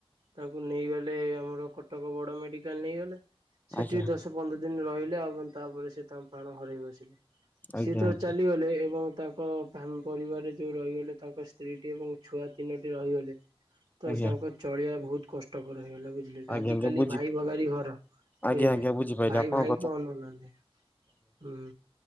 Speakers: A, on the right; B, on the left.
A: ତାଙ୍କୁ ନେଇଗଲେ ଆମର କଟକ ବଡ ମେଡିକାଲ ନେଇଗଲେ। ସେଠି
B: ଆଜ୍ଞା ଆଜ୍ଞା
A: ଦଶ ପନ୍ଦର ଦିନ ରହିଲେ ଏବଂ ତାପରେ ସେ ତାଙ୍କ ପାଣ ହରାଇ ବସିଲେ। ସିଏ
B: ଆଜ୍ଞା
A: ତ ଚାଲିଗଲେ ଏବଂ ତାଙ୍କ ତାଙ୍କ ପରିବାରରେ ଯଉ ରହିଗଲେ ତାଙ୍କ ସ୍ତ୍ରୀଟି ଏବଂ ଛୁଆ ତିନୋଟି ରହିଗଲେ ତସ୍
B: ଆଜ୍ଞା
A: ତାଙ୍କ
B: ଆଜ୍ଞା
A: ଚଳିବା ବହୁତ କଷ୍ଟକର ହେଇଗଲା ବୁଝ ବ
B: ଆଜ୍ଞା
A: ଆଜି କାଲି
B: ବୁଝି
A: ଭାଇ ଭଗାରୀ ଘର
B: ଆଜ୍ଞା
A: ବୁଝିଲେ
B: ଆଜ୍ଞା ବୁଝିପାରିଲି
A: ଭାଇ
B: ଆପଣଙ୍କ
A: ଭାଇ
B: କଥା।
A: ଙ୍କୁ ଅନଉ ନାହାଁନ୍ତି। ହୁଁ।